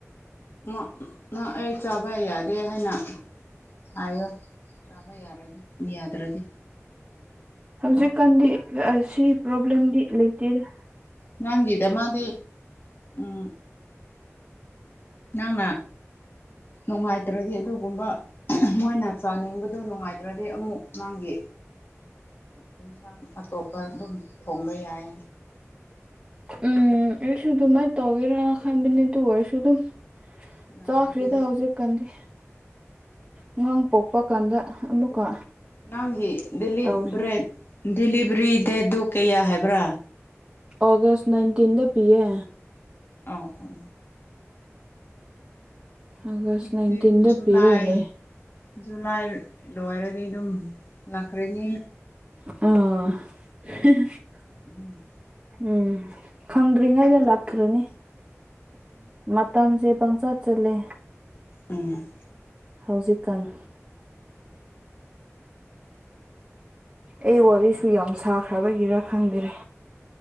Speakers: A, on the left; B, on the right.
A: ꯃꯣ ꯅꯪ ꯑꯩ ꯆꯥꯕ ꯌꯥꯗꯦ ꯍꯥꯏꯅ ꯍꯥꯏꯌꯣ ꯆꯥꯕ ꯌꯥꯔꯗꯤ ꯃꯤ ꯌꯥꯗ꯭ꯔꯗꯤ
B: ꯍꯧꯖꯤꯛꯀꯥꯟꯗꯤ ꯑꯥꯁꯤ ꯄ꯭ꯔꯣꯕ꯭ꯂꯦꯝꯗꯤ ꯂꯩꯇꯦꯗ
A: ꯅꯪꯒꯤꯗꯃꯛꯗꯤ ꯎꯝ ꯅꯪꯅ ꯅꯨꯡꯉꯥꯏꯇ꯭ꯔꯗꯤ ꯑꯗꯨꯒꯨꯝꯕ ꯃꯣꯏꯅ ꯆꯥꯅꯤꯡꯕꯗꯨ ꯅꯨꯡꯉꯥꯏꯇ꯭ꯔꯗꯤ ꯑꯃꯨꯛ ꯅꯪꯒꯤ ꯑꯦꯟꯁꯥꯡ ꯑꯇꯣꯞꯄ ꯑꯗꯨꯝ ꯊꯣꯡꯕ ꯌꯥꯏ
B: ꯎꯝ ꯑꯩꯁꯨ ꯑꯗꯨꯃꯥꯏꯠ ꯇꯧꯒꯦꯔ ꯈꯟꯕꯅꯤ ꯗꯨ ꯑꯣꯏꯔꯁꯨ ꯑꯗꯨꯝ
A: ꯌꯥꯗ꯭ꯔꯗꯤ
B: ꯆꯥꯈ꯭ꯔꯦꯗ
A: ꯑꯗꯨꯝ
B: ꯍꯧꯖꯤꯛꯀꯥꯟꯗꯤ ꯑꯉꯥꯡ ꯄꯣꯛꯄ ꯀꯥꯟꯗ ꯑꯃꯨꯛꯀ
A: ꯅꯪꯒꯤ ꯗꯤꯂꯤꯠ
B: ꯇꯧꯁꯦ
A: ꯕ꯭ꯔꯦꯠ ꯗꯤꯂꯤꯚꯔꯤ ꯗꯦꯠꯇꯣ ꯀꯩꯌꯥ ꯍꯥꯏꯕ꯭ꯔꯥ
B: ꯑꯣꯒꯁ ꯅꯥꯏꯟꯇꯤꯟꯗ ꯄꯤꯌꯦ
A: ꯑꯣ ꯑꯣ
B: ꯑꯥꯒꯁ
A: ꯑꯗꯨꯗꯤ
B: ꯅꯥꯏꯟꯇꯤꯟꯗ
A: ꯖꯨꯂꯥꯏ
B: ꯄꯤꯔ ꯂꯩ
A: ꯖꯨꯂꯥꯏ ꯂꯣꯏꯔꯗꯤ ꯑꯗꯨꯝ ꯂꯥꯛꯈ꯭ꯔꯅꯤ
B: ꯑꯥ ꯍꯍ
A: ꯎꯝ
B: ꯎꯝ ꯈꯪꯗ꯭ꯔꯤꯉꯩꯗ ꯂꯥꯛꯈ꯭ꯔꯅꯤ ꯃꯇꯝꯁꯦ ꯄꯪꯆꯥꯠ ꯆꯠꯂꯦ
A: ꯎꯝ
B: ꯍꯧꯖꯤꯛꯀꯥꯟ ꯑꯩ ꯋꯥꯔꯤꯁꯨ ꯌꯥꯝ ꯁꯥꯈ꯭ꯔꯕꯒꯤꯔꯥ ꯈꯪꯗꯔꯦ